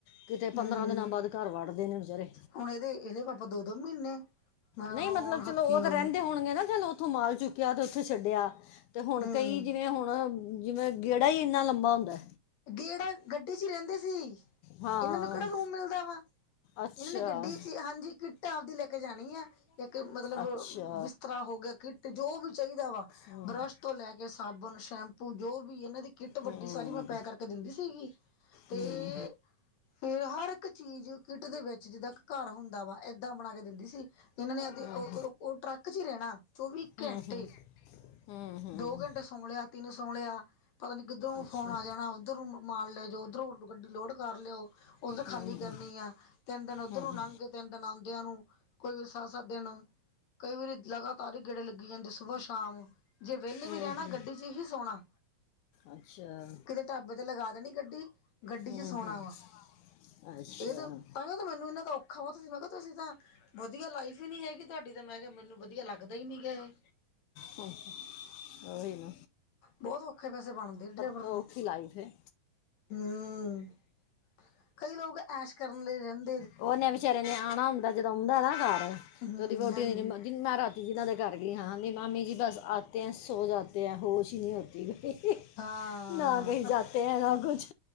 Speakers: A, on the left (about 75°); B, on the left (about 60°).
A: ਕਿਤੇ
B: ਹਮ
A: ਪੰਦਰਾਂ ਦਿਨਾਂ ਬਾਅਦ ਘਰਾਂ ਵੱੜਦੇ ਨੇ ਵੀਚਾਰੇ
B: ਹੁਣ ਇਹਦੇ, ਇਹਦੇ ਪਾਪਾ ਦੋ-ਦੋ ਮਹੀਨੇ ਮੈਂ
A: ਨਹੀਂ
B: ਰੋਣ
A: ਮਤਲਬ ਚਲੋ,
B: ਹੱਕੀ
A: ਓ ਤਾਂ
B: ਹੋਏ
A: ਰਹਿੰਦੇ ਹੋਣਗੇ ਨਾ ਚਲੋ। ਉੱਥੋਂ ਮਾਲ ਚੁੱਕਿਆ ਤੇ ਉੱਥੇ ਛੱਡਿਆ ਤੇ ਹੁਣ
B: ਹਮ
A: ਕਈ ਜਿਵੇਂ ਹੁਣ ਜਿਵੇਂ ਗੇੜਾ ਈ ਇੰਨਾ ਲੰਬਾ ਹੁੰਦਾ।
B: ਗੇੜਾ ਗੱਡੀ ਚ ਈ ਰਹਿੰਦੇ ਸੀ।
A: ਹਾਂ
B: ਏਨਾਂ ਨੂੰ ਕਿਹੜਾ ਰੂਮ ਮਿਲਦਾ ਵਾ,
A: ਅੱਛਾ
B: ਏਨਾਂ ਨੇ ਗੱਡੀ ਚ, ਹਾਂਜੀ ਕਿਟ ਆਪਦੀ ਲੈ ਕੇ ਜਾਣੀ ਆ। ਇੱਕ ਮਤਲਬ
A: ਅੱਛਾ
B: ਬਿਸਤਰਾ ਹੋ ਗਿਆ। ਕਿੱਟ ਜੋ ਵੀ ਚਾਹੀਦਾ ਵਾ
A: ਹਮ
B: ਬੁਰੱਸ਼ ਤੋਂ ਲੈ ਕੇ ਸਾਬਣ ਸ਼ੈਂਪੂ ਜੋ ਵੀ ਇਹਨਾਂ ਦੀ ਕਿੱਟ ਵੱਡੀ
A: ਹਮ
B: ਸਾਰੀ ਮੈਂ ਪੈਕ ਕਰਕੇ ਦਿੰਦੀ ਸੀਗੀ ਤੇ
A: ਹਮ
B: ਫੇਰ ਹਰ ਇੱਕ ਚੀਜ਼ ਕਿੱਟ ਦੇ ਵਿੱਚ ਜਿੱਦਾਂ ਘਰ ਹੁੰਦਾ ਵਾ, ਏਦਾਂ ਬਣਾ ਕੇ ਦਿੰਦੀ ਸੀ। ਇਹਨਾਂ ਨੇ
A: ਹਮ
B: ਉਹ ਟਰੱਕ ਚ ਈ ਰਹਿਣਾ ਚੌਵੀ
A: ਹਮ
B: ਘੰਟੇ
A: ਹਮ ਹਮ ਹਮ
B: ਦੋ ਘੰਟੇ ਸੌ ਲਿਆ, ਤਿੰਨ ਸੌ ਲਿਆ। ਪਤਾ ਨੀ ਕਿੱਧਰੋਂ
A: ਅੱਛਾ
B: ਫੋਨ ਆ ਜਾਣਾ, ਉੱਧਰੋਂ ਮੰਨ ਲੈ ਜਾੳ ਉੱਧਰੋਂ ਗੱਡੀ ਲੋਡ ਕਰ ਲਿਆਓ। ਓਧਰ ਖਾਲੀ
A: ਹਮ
B: ਕਰਨੀ ਆ ਤਿੰਨ ਦਿਨ ਓਧਰ
A: ਹਮ ਹਮ
B: ਨੂੰ ਲੰਘ ਦਿਨ ਦਿਨਉਂਦਿਆਂ ਨੂੰ ਕੋਈ ਵੀ ਸੱਤ-ਸੱਤ ਦਿਨ ਕਈ ਵਾਰੀ ਲਗਾਤਾਰ ਈ ਗੇੜੇ ਲੱਗੀ ਜਾਂਦੇ, ਸੁਬਾਹ-ਸ਼ਾਮ ਜੇ ਵਿਹਲੇ
A: ਹਮ
B: ਵੀ ਰਹਿਣਾ ਗੱਡੀ ਚ ਹੀ ਸੋਣਾ,
A: ਅੱਛਾ
B: ਕਿਤੇ ਰੱਬ ਤੇ ਲਗਾ ਦੇਣੀ ਗੱਡੀ ਗੱਡੀ
A: ਹਮ
B: ਚ ਸੋਣਾ
A: ਹਮ
B: ਵਾ
A: ਅੱਛਾ
B: ਇਹ ਤਾਂ ਭਾਵੇਂ ਮੈਨੂੰ ਇਹਨਾ ਦਾ ਔਖਾ ਬਹੁਤ ਸੀ, ਮੈਂ ਕਿਹਾ ਤੁਸੀਂ ਤਾਂ ਵਧੀਆ ਲਾਈਫ ਹੀ ਨਹੀਂ ਹੈਗੀ ਤੁਹਾਡੀ ਤਾਂ ਮੈਂ ਕਿਹਾ ਮੈਨੂੰ ਵਧੀਆ ਲੱਗਦਾ ਹੀ ਨੀ ਹੈ ਇਹ
A: ਹੂ ਹ <inaudible>
B: ਬਹੁਤ ਔਖੇ ਪੈਸੇ ਬਣਦੇ ਡਰਾਈਵਰ
A: ਤੋਂ
B: ਨੂੰ,
A: ਔਖੀ ਲਾਈਫ ਹੈ
B: ਹੂੰ ਕਈ ਲੋਕ ਐਸ਼ ਕਰਨ ਲਈ ਰਹਦੇ।
A: ਓਹਨੇ ਬੇਚਾਰੇ ਨੇ ਆਣਾ ਹੁੰਦਾਂ ਜਦੋਂ ਉੱਦਾਂ ਨਾ ਘਰਾਂ
B: ਹੂੰ
A: ਤੇਦੀ ਵੋਟੀ
B: ਹਾਂਜੀ
A: ਮੈਂ ਰਾਤੀ ਜੀ ਇਹਨਾਂ ਦੇ ਕਰ ਗਈ ਹਾਂ, ਕਹਿਦੀ ਮਾਮੀ ਜੀ ਬਸ ਆਤੇ ਹੈ ਸੋ ਜਾਤੇ ਹੈ ਹੋਸ਼ ਹੀ ਨਹੀਂ ਹੋਤੀ। ਠੀਕ
B: ਹਾਂ
A: ਨਾ ਕਹੀ ਜਾਤੇ ਹੈ ਨਾ ਕੁਛ